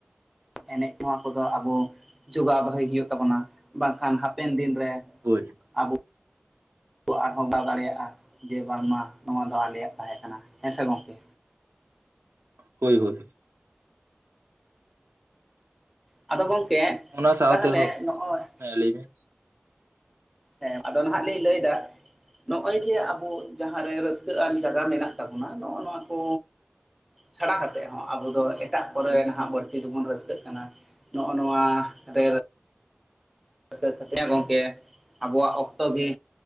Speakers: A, in the centre; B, on the right.
A: ᱮᱱᱮᱡ ᱱᱚᱣᱟ ᱠᱚ ᱫᱚ ᱟᱵᱚ ᱡᱚᱜᱟᱣ ᱫᱚᱦᱚᱭ ᱦᱩᱭᱩᱜ ᱛᱟᱵᱚᱱᱟ ᱵᱟᱝ ᱠᱷᱟᱱ ᱦᱟᱯᱮᱱ ᱫᱤᱱᱼᱼ ᱨᱮ
B: ᱦᱳᱭ
A: ᱟᱵᱚᱼᱼ ᱟᱵᱚ ᱟᱨ ᱦᱚᱸ ᱫᱚᱦᱚ ᱫᱟᱲᱮᱭᱟᱜᱼᱟ, ᱡᱮ ᱵᱟᱝ ᱢᱟ ᱱᱚᱣᱟ ᱫᱚ ᱟᱞᱮᱭᱟᱜ ᱛᱟᱦᱮ ᱠᱟᱱᱟ ᱦᱮ ᱥᱮ ᱜᱚᱢᱠᱮ᱾
B: ᱦᱳᱭ ᱦᱳᱭ᱾
A: ᱟᱫᱚ ᱜᱚᱢᱠᱮ
B: ᱚᱱᱟ ᱥᱟᱣᱛᱮ
A: ᱛᱟᱦᱚᱞᱮ
B: ᱦᱮᱸ
A: ᱱᱚᱜᱼᱚᱭ
B: ᱞᱟᱹᱭ ᱢᱮ
A: ᱦᱮᱸ ᱟᱫᱚ ᱱᱟᱦᱟᱜ ᱞᱤᱧ ᱞᱟᱹᱭ ᱮᱫᱟ ᱱᱚᱜ ᱡᱮ ᱟᱵᱚ ᱡᱟᱦᱟᱸ ᱨᱮ ᱨᱟᱹᱥᱠᱟᱹ ᱟᱱ ᱡᱟᱭᱜᱟ ᱢᱮᱱᱟᱜ ᱛᱟᱵᱚᱱᱟ, ᱱᱚᱜᱚ ᱱᱚᱣᱟ ᱠᱚ ᱪᱷᱟᱲᱟ ᱠᱟᱛᱮᱫ ᱦᱚᱸ, ᱟᱵᱚ ᱫᱚ ᱮᱴᱟᱜ ᱠᱚᱨᱮ ᱱᱟᱦᱟᱜ ᱵᱟᱹᱲᱛᱤ ᱫᱚᱵᱚᱱ ᱨᱟᱹᱥᱠᱟᱹᱜ ᱠᱟᱱᱟ᱾ ᱱᱚᱜᱼᱚᱭ ᱱᱚᱣᱟ ᱨᱮ ᱨᱟᱹᱥᱠᱟᱹ ᱠᱟᱛᱮ ᱦᱮᱸ ᱜᱚᱢᱠᱮ ᱟᱵᱚᱣᱟᱜ ᱚᱠᱛᱚ ᱜᱮ